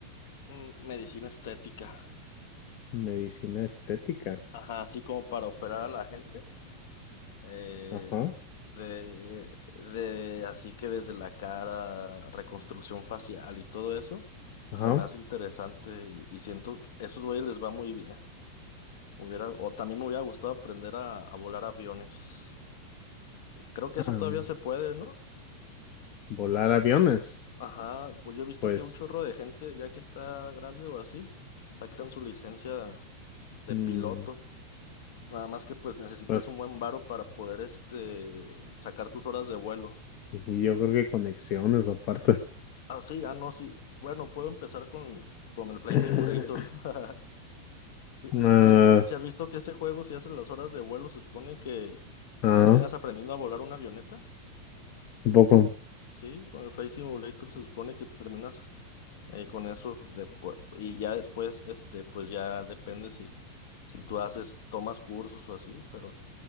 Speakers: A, on the left; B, on the left.
A: mm, medicina estética.
B: Medicina estética.
A: Ajá, así como para operar a la gente. eh,
B: Ajá,
A: de, de, así que desde la cara, reconstrucción facial y todo eso,
B: ajá.
A: se me hace interesante y, y siento que a esos güeyes les va muy bien. Hubiera, o también me hubiera gustado aprender a, a volar aviones. Creo que eso
B: Am,
A: todavía se puede, ¿no?
B: volar aviones.
A: Ajá, pues yo he visto
B: Pues,
A: que un chorro de gente, ya que está grande o así, sacan su licencia de
B: mm,
A: piloto. Nada más que pues necesitas
B: pues,
A: un buen varo para poder este sacar tus horas de vuelo.
B: y yo creo que conexiones aparte.
A: Ah, sí, ah, no, sí. Bueno, puedo empezar con, con el Flight
B: <clears throat>
A: Simulator. <laughs> Si,
B: Ah,
A: si- si has, si has visto que ese juego, si haces las horas de vuelo, se supone que,
B: ah,
A: que terminas aprendiendo a volar una avioneta.
B: un poco.
A: Sí, con el Flight Simulator se supone que terminas eh, con eso después y ya después este pues ya depende si si tú haces tomas cursos o así pero